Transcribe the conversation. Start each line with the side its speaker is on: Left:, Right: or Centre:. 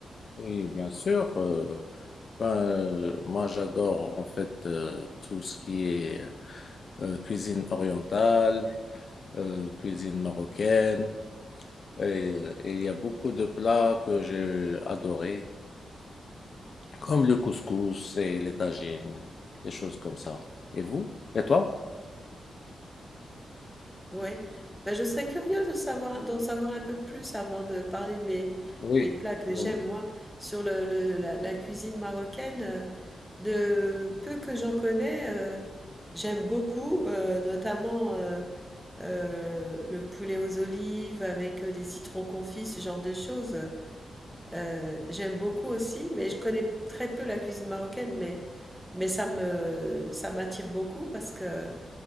Left: oui, bien sûr. euh, ben, euh, moi, j'adore en fait euh, tout ce qui est euh, cuisine orientale, euh, cuisine marocaine, et, euh, et il y a beaucoup de plats que j'ai adorés, comme le couscous et les tagines, des choses comme ça. Et vous? Et toi?
Centre: Oui, ben je serais curieuse de savoir, d'en savoir un peu plus avant de parler de mes,
Left: Oui,
Centre: des plats que
Left: bon,
Centre: j'aime moi sur le, le- la, la cuisine marocaine. euh, De peu que j'en connais, euh, j'aime beaucoup, euh, notamment euh, euh, le poulet aux olives avec euh, des citrons confits, ce genre de choses. Euh, j'aime beaucoup aussi, mais je connais très peu la cuisine marocaine, mais, mais ça me, ça m'attire beaucoup parce que